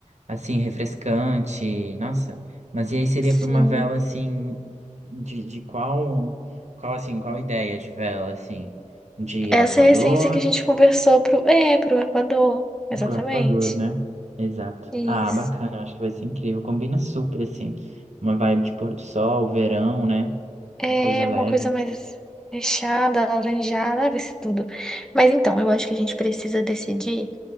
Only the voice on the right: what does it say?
assim, refrescante. Nossa, mas e aí seria
para uma vela assim, de, de qual, qual assim, qual ideia de vela assim? De
arpoador?
Pro Arpoador, né? Exato.
Ah, bacana, eu acho que vai ser incrível. Combina super, assim. Uma vibe de pôr do sol, verão, né?
Coisa leve.